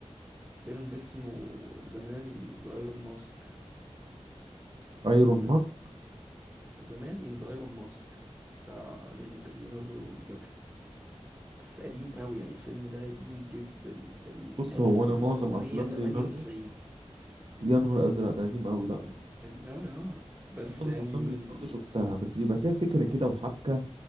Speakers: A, on the right; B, on the right.
A: فيلم اسمه زمان ان ذا ايرون ماسك
B: ايرون
A: ده
B: ماسك
A: ب- زمان ان ذا ايرون ماسك بتاع لين- ليوناردو دي كابريو بس قديم قوي يعني الفيلم ده قديم جدا ده من
B: بص
A: 1998
B: هو انا معظم افلام ليوناردو يا نهار ازرق ده قديم قوي لا
A: اه قديم قوي اه بس
B: بس معظم
A: يعني
B: افلام
A: من
B: ليوناردو شفتها بس بيبقى فيها فكرة كده وحبكة